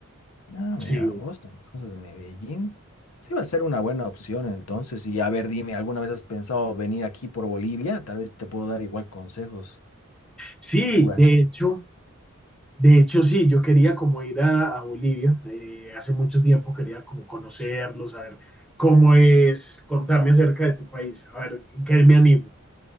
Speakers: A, on the left; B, in the centre.
A: Ah,
B: Sí,
A: mira, vos, entonces Medellín. Sí va a ser una buena opción entonces. Y a ver, dime, ¿alguna vez has pensado venir aquí por Bolivia? Tal vez te puedo dar igual consejos.
B: sí,
A: ¿Qué lugar?
B: de hecho, de hecho sí, yo quería como ir a, a Bolivia, eh, hace mucho tiempo quería como conocerlo, saber cómo es, contarme acerca de tu país, a ver, ¿en qué me animo?